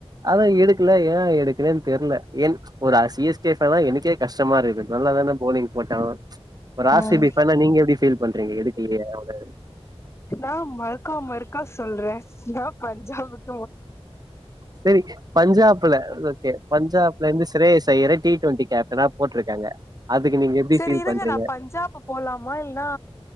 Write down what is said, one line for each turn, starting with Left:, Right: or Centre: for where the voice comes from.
Right: அதான் எடுக்கல ஏ ஏ எடுக்கலேன்னு தெர்ல என் ஒரு சி எஸ் கே ஃபேனா எனக்கே கஷ் ம்மா இருக்குது நல்லாதான பெளலிங் போட்டோ ச்சு ஒரு ஆர்
Left: ம்
Right: சி பி ஃபேன்னா நீங்க எப்டி ஃபீல் பண்றீங்க எதுக்கு இங்கயே வந்து
Left: நா மற்க்கா மற்க்கா சொல்ற நா பஞ்சாபுக்
Right: சேரி பஞ்சாப்ல ஓகே பஞ்சாப்ல இருந்து ஸ்ரேஸ் அய்யர டி டொண்ட்டி கேப்டனா போட்ருக்காங்க அதுக்கு நீங்க எப்டி
Left: சேரி
Right: ஃபீல்
Left: இருங்க
Right: பண்றீங்க
Left: நா பஞ்சாப்பு போலாமா இல்ன்னா